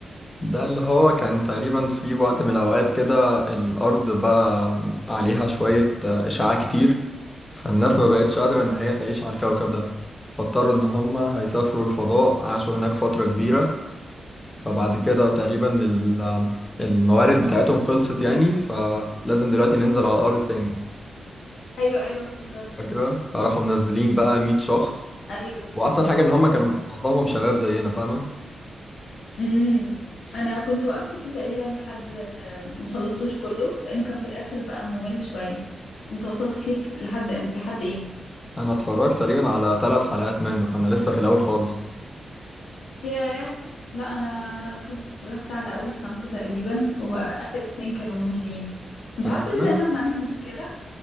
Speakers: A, on the left; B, on the left.
A: ده اللي هو كان تقريبا في وقت من الاوقات كده الارض بقى عليها شوية آه، اشعاع كتير فالناس ما بقتش قادرة ان هي تعيش على الكوكب ده فاضطروا ان هم هيسافروا الفضاء عاشوا هناك فترة كبيرة فبعد كده تقريبا ال- الموارد بتاعتهم خلصت يعني فلازم دلوقتي ننزل على الأرض تاني
B: ايوه ايوه افتكرته
A: فاكرة فراحوا منزلين بقى 100 شخص
B: ايوه
A: وأحسن حاجة إن هما كانوا معظمهم شباب زينا فاهمة
B: امم انا كنت وقفت فيه تقريبا لحد ما خلصتوش كله لانه كان في الاخر بقى ممل شويه انت وصلت فيه لك- لحد أم- لحد ايه
A: أنا اتفرجت تقريبا على ثلاث حلقات منه فأنا لسه في الأول خالص
B: ياه لا انا كنت اتفرجت على اول خمسة تقريبا واخر اتنين كانوا مملين مش
A: أنا
B: عارفه
A: سمعت
B: ليه دايما ما عندي مشكله